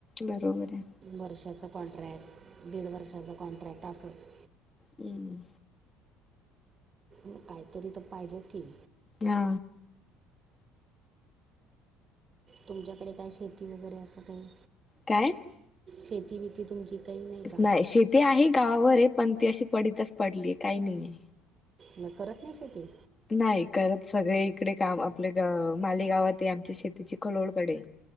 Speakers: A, on the left (about 30°); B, on the right (about 35°).
A: बरोबर हाय.
B: वर्षाचं कॉन्ट्रॅक्ट, दीड वर्षाचं कॉन्ट्रॅक्ट, असंच.
A: हमं.
B: म काहीतरी हित पाहिजेच की.
A: हा.
B: तुमच्याकडे काय शेती वगैरे असं काय?
A: काय?
B: शेती-बेती ती तुमची काय नाही. का
A: नाही शेती आहे गावावरे पण ती अशी पडीतच पडलीय. काही नाहीये.
B: म करत नाही शेती?
A: नाही करत सगळे इकडे काम आपले अ माले गावात आमची शेतीची खलोळकडे.